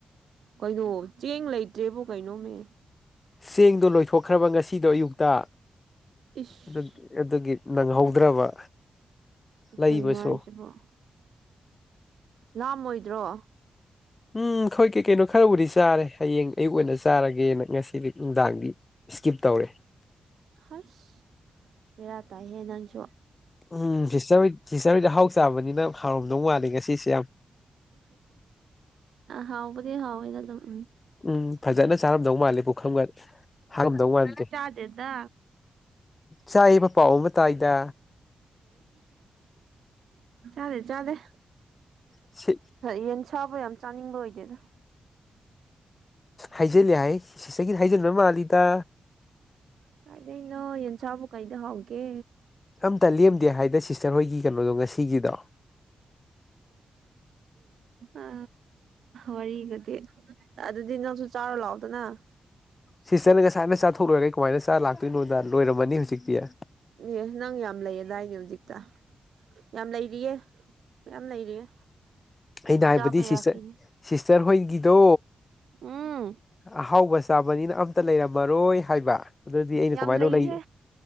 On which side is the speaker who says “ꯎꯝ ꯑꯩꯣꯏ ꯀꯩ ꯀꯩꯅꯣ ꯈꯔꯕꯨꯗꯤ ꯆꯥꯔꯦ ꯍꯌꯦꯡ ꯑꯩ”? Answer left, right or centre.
Left